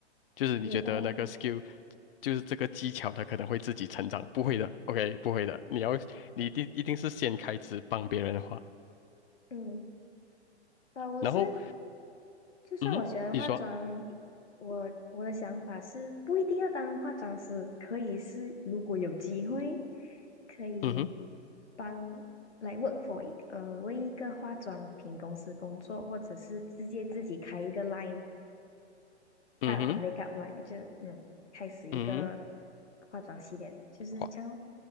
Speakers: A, on the left; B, on the left.
A: 就是你觉得那个
B: 有道理。
A: skill，就是这个技巧，它可能会自己成长，不会的，OK？不会的，你要你一定一定是先开始帮别人画，
B: 嗯，啊，我是
A: 然后
B: 就算我学完化妆，
A: 嗯哼，你说
B: 我我的想法是不一定要当化妆师，可以是如果有机会，可以
A: 嗯哼
B: 帮来 work for 一呃为一个化妆品公司工作，或者是直接自己开一个 line，start
A: 嗯哼
B: a makeup line，就嗯开始一个
A: 嗯哼
B: 化妆系列，就是这样咯
A: 画